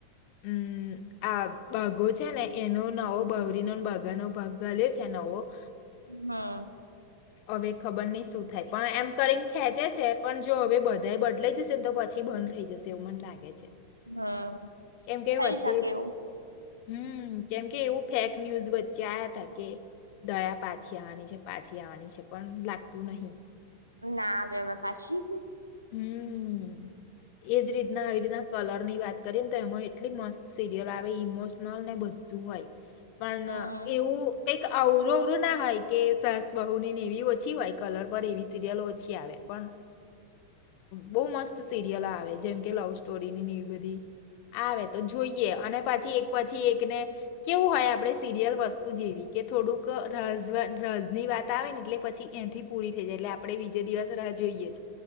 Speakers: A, on the left; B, on the right.
A: હમ આ બઘો છે ને એનો નવો બૌરીનો ભ ગાનો ભાગ ગયલો છે નેવો
B: હા
A: હવે ખબર નહી શું થાય પણ એમ કરીને ખેંચે છે પણ જો હવે બધા બદલાઈ જશે ને તો પછી બંધ થઈ જશે એવું મન લાગે છે
B: હમ
A: એમ કેવું
B: થઈ
A: વચ્ચે
B: શકે એવું
A: હમ કેમકે એવું ફેક ન્યુઝ બ ચ્યા હતા કે દયા પાછી આવાની છે પાછી આવાની છે પણ લાગતું નહી
B: ના આવે હવે પાછી
A: હમ એજ રીતના એ રીતના કલર ની વાત કરીએ ને તો એમાં એટલી મસ્ત સિરિયલ આવે ઇમોશનલ ને બધું હોય પણ
B: હમ
A: એવું કઈક આવરું અવરું ના હોય કે સાસ બહુ ની ને એવી ઓછી હોય કલર પર એવી સિરિલ ઓછી આવે પણ હમ બહ મસ્ત સિરિયલ આવે જેમ કે લવ સ્ટોરીની ની એવી બધી આવે તો જોઈએ અને પછી એક પછી એકને કેવું હોય આપડે સીરિયલ વસ્તુ જેવી કે થોડુંક રાઝ વ રાઝની વાત આવે ને એટલે પછી એ થી પૂરી થઈ જાય એટલે આપડે બીજે દિવસ રાહ જોઈએ જ